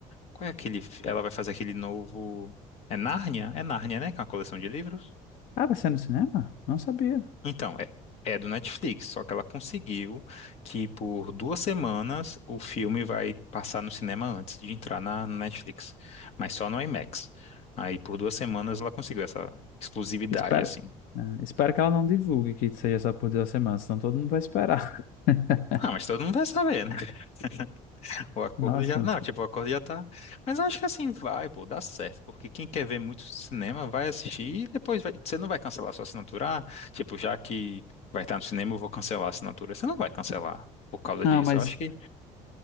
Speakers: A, on the left (about 50°); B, on the left (about 80°).
A: qual é aquele, fi- ela vai fazer aquele novo, é Nárnia? É Nárnia, né, que é uma coleção de livros?
B: Ah, vai ser no cinema? Não sabia.
A: Então, é, é do Netflix, só que ela conseguiu que por duas semanas o filme vai passar no cinema antes de entrar na na Netflix, mas só no IMAX. Aí por duas semanas ela conseguiu essa exclusividade,
B: Espero,
A: assim.
B: ah, espero que ela não divulgue que seja só por duas semanas, senão todo mundo vai esperar. <laughs>
A: Ah, mas todo mundo vai saber, né? <laughs> O acordo
B: Nossa.
A: já. Não, tipo, o acordo já tá. Mas eu acho que assim vai, pô, dá certo. Porque quem quer ver muito cinema vai assistir e depois vai... você não vai cancelar sua assinatura. Ah, tipo, já que vai estar no cinema, eu vou cancelar a assinatura. Você não vai cancelar por causa
B: Não,
A: disso.
B: mas
A: Eu acho que